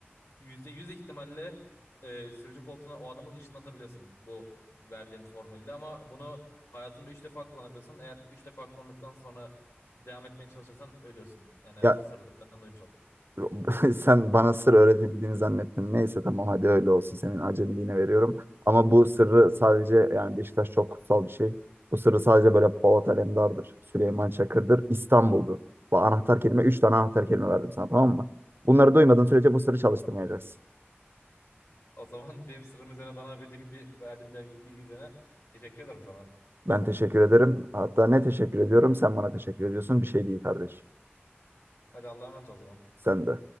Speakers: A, on the left; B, on the right.
A: %100 ihtimalle e, sürücü koltuğuna o adamı ışınlatabiliyorsun bu verdiğim formülle ama bunu hayatında 3 defa kullanabiliyorsun. Eğer 3 defa kullandıktan sonra devam etmeye çalışırsan ölüyorsun. Yani
B: Ya
A: bu sırrı da benden duymuş oldun.
B: <laughs> Sen bana sır öğretebildiğini zannettin. Neyse tamam hadi öyle olsun. Senin acemiliğine veriyorum. Ama bu sırrı sadece yani Beşiktaş çok kutsal bir şey. Bu sırrı sadece böyle Polat Alemdar'dır. Süleyman Çakır'dır. İstanbul'dur. Bu anahtar kelime. Üç tane anahtar kelime verdim sana tamam mı? Bunları duymadığın sürece bu sırrı çalıştırmayacaksın.
A: O zaman benim sırrım üzerine bana verdiğin bir verdiğin bilgi, bilgi üzerine teşekkür ederim sana.
B: Ben teşekkür ederim. Hatta ne teşekkür ediyorum? Sen bana teşekkür ediyorsun. Bir şey değil kardeş.
A: Hadi Allah'a emanet ol o zaman.
B: Sen de.